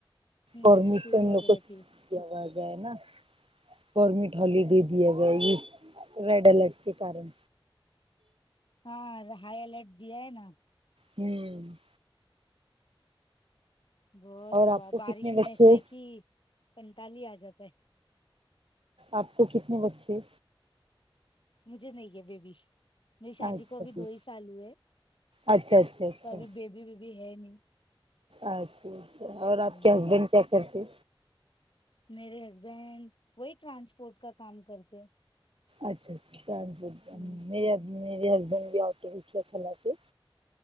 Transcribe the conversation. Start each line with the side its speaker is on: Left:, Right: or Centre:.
Left: ہوں
Right: اور
Left: اسکول
Right: مجھ سے ہم
Left: وغیرہ
Right: لوگ
Left: کی
Right: یہ آواز ہے نا گورنمنٹ ہالیڈے دیا ہوا ہے اس ریڈ الرٹ کے کارن
Left: ہاں ہائی الرٹ دیا ہے نا
Right: ہوں
Left: بہت
Right: اور
Left: بابا
Right: آپ کو
Left: بارش
Right: کتنے
Left: میں
Right: بچے
Left: ایسا ہے کہ کنتال ہی آ جاتا ہے
Right: آپ کو کتنے بچے
Left: مجھے نہیں ہے بیبی میری شادی
Right: اچھا
Left: کو ابھی
Right: جی
Left: دو ہی سال ہوئے
Right: اچھا اچھا اچھا
Left: تو ابھی بیبی بیبی ہے نہیں
Right: اچھا اچھا اور آپ
Left: ہ
Right: کے ہسبینڈ کیا کرتے
Left: میرے ہسبینڈ وہی ٹرانسپورٹ کا کام کرتے
Right: اچھا اچھا ٹرانسپورٹ
Left: ہوں
Right: مے میرے ہسبینڈ بھی آٹو رکشہ چلاتے